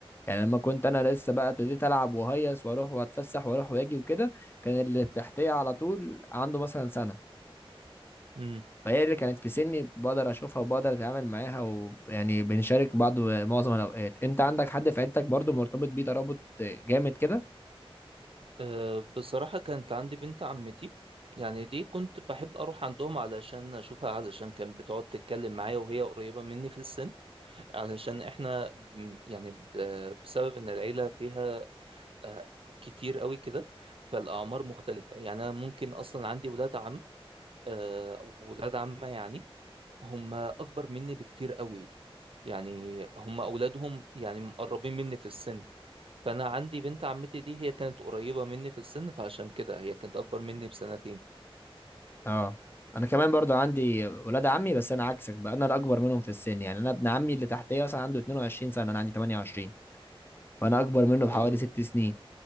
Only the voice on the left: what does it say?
يعني لما كنت انا لسه بقى ابتديت العب وهيص واروح واتفسح واروح واجي وكده كان اللي تحتيه على طول عنده مثلا سنه
فهي اللي كانت في سني بقدر اشوفها وبقدر اتعامل معاها ويعني بنشارك بعض معظم الاوقات انت عندك حد في عيلتك برضو مرتبط بيه ترابط جامد كده
اه انا كمان برضو عندي ولاد عمي بس انا عكسك بقى انا الاكبر منهم في السن يعني انا ابن عمي اللي تحتيه مثلا عنده 22 سنه انا عندي 28 فانا اكبر منه بحوالي
ست سنين